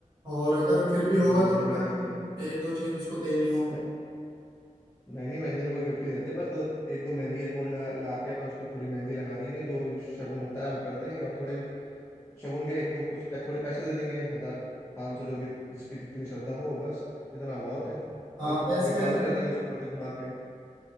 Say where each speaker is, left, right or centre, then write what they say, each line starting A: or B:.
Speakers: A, on the right; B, on the left.
A: और अगर फिर भी होगा
B: मैंने मेहंदी
A: तो बता
B: में क्या गिफ्ट
A: दो
B: दी
A: एक दो चीज उसको देनी हो
B: नहीं नहीं नहीं, मेहंदी में कोई गिफ्ट नहीं देते बस दो एक दो मेहंदी के कोण लगा ला के अपन उसको थोड़ी मेहंदी लगा देंगे जो भी शगुन होता है वो कर देंगे और थोड़े शगुन के एक दो कुछ पै- थोड़े पैसे दे देंगे हजार पाँच सौ जो भी जिसकी जितनी श्रद्धा हो बस इतना बहुत है बाकी
A: हाँ
B: थोड़ा
A: पैसे
B: निछावर
A: वैसे दे-
B: कर देंगे उसके ऊपर से घुमा के